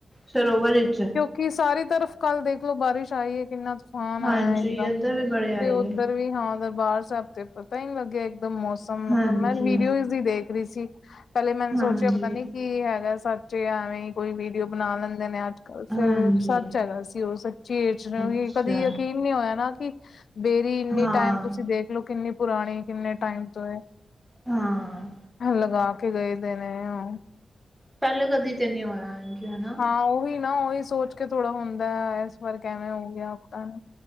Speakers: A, in the centre; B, on the left (about 75°).
A: ਸਰੋਵਰ ਇਚ-
B: ਕਿ ਸਾਰੀ ਤਰਫ਼ ਕਲ ਦੇਖਲੋ ਬਾਰਿਸ਼ ਆਈ ਹੈ ਏ, ਕਿਨਾ ਤੂ ਤੂਫਾਨ
A: ਹਾਂਜੀ
B: ਆਇਆ ਏਕਦਮ
A: ਇੱਧਰ ਵੀ ਬੜੇ ਆਏ
B: ਤੇ ਉਧਰ ਵੀ, ਹਾਂ- ਦਰਬਾਰ ਸਾਹਿਬ ਤੇ ਪਤਾ ਈ ਨੀ ਲੱਗਿਆ ਇਕਦਮ ਮੋਸਮ
A: ਹਾਂਜੀ।
B: ਮਤਲਬ ਮੈ ਵੀਡੀਓਜ਼ ਹੀ ਦੇਖ ਰਹੀ ਸੀ ਪਹਿਲੇ ਮੈਨ ਸੋਚਿਆ
A: ਹਾਂਜੀ
B: ਪਤਾ ਨੀ ਕੀ ਹੈਗਾ ਸੱਚ ਏ ਐਵੇ ਈ ਕੋਈ ਵੀਡੀਓ ਬਣਾ ਲੈਦੇ ਨੇ ਅਜ-
A: ਹਾਂਜੀ
B: ਫੇਰ ਸਚ ਹੈਗਾ ਸੀ ਉਹ ਸਚੀ ਤੇ ਉਈ
A: ਅੱਛਾ
B: ਕਦੇ ਯਕੀਨ ਨਹੀਂ ਹੋਇਆ ਨਾ ਕਿ- ਬੇਰੀ ਇਨੀ
A: ਹਾਂ।
B: ਟਾਈਮ ਤੁਸੀ ਦੇਖਲੋ ਕਿਨੀ ਪੁਰਾਣੀ- ਕਿਨੇ ਟਾਈਮ ਤੋ ਏ,
A: ਹਾਂ
B: ਲਗਾ ਕੇ ਗਏ ਦੇ ਨੇ ਉਹ-
A: ਪਹਿਲੇ ਕਦੀ ਤੇ ਨੀ ਹੋਇਆ ਏੰਜ, ਹੇਨਾ
B: ਹਾਂ ਉਹੀ ਨਾ ਉਹੀ ਸੋਚ ਕੇ ਥੋੜ੍ਹਾ ਹੁੰਦੇ ਇਸ ਵਾਰ ਕੇਵੇ ਹੋ ਗਿਆ, ਪਤਾ ਨੀ